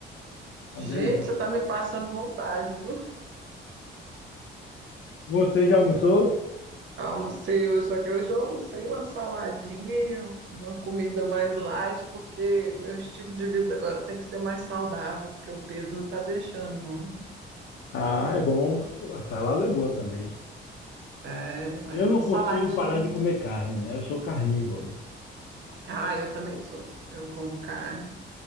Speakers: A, on the left (about 70°); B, on the right (about 70°).
A: Uma
B: Gente,
A: delícia.
B: você tá me passando vontade, viu?
A: Você já almoçou?
B: Almocei hoje, só que hoje eu almocei uma saladinha, uma comida mais light, porque meu estilo de vida agora tem que ser mais saudável, porque o peso não tá deixando, não.
A: Ah, é bom. A salada é boa também.
B: É, mas
A: Eu
B: é
A: não
B: um
A: consigo
B: saladinho.
A: parar de comer carne, né? Eu sou carnívoro.
B: Ah, eu também sou. Eu como carne.